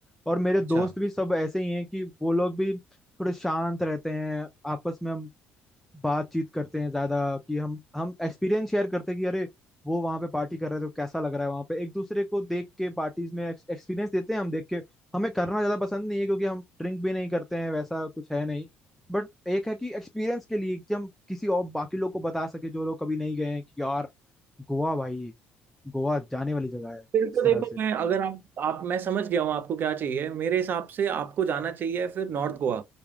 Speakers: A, in the centre; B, on the right.
A: और मेरे
B: अच्छा
A: दोस्त भी सब ऐसे ही हैं कि वो लोग भी थोड़े शांत रहते हैं आपस में बातचीत करते हैं ज्यादा कि हम हम एक्सपीरियंस शेयर करते हैं कि अरे वो वहां पे पार्टी कर रहे थे कैसा लग रहा है वहां पे एक दूसरे को देख के पार्टीज में एक्सपीरियंस देते हैं हम देख के हमें करना ज्यादा पसंद नहीं है क्योंकि हम ड्रिंक भी नहीं करते हैं वैसा कुछ है नहीं बट एक है कि एक्सपीरियंस के लिए कि हम किसी और बाकी लोग को बता सके जो लोग कभी नहीं गए हैं कि यार गोवा भाई गोवा जाने वाली जगह है
B: फिर
A: इस
B: तो देखो
A: तरह से
B: मैं अगर आप आप मैं समझ गया हूँ आपको क्या चाहिए मेरे हिसाब से आपको जाना चाहिए फिर नॉर्थ गोवा